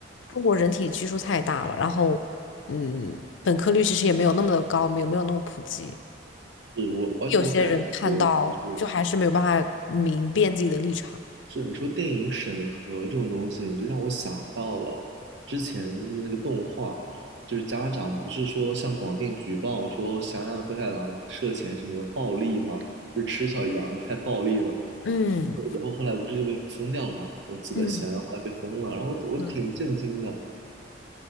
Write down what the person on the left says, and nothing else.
中国人体基数太大了，然后，嗯，本科率其实也没有那么的高，没有没有那么普及。
有些人看到就还是没有办法明辨自己的立场。
嗯
嗯，
对，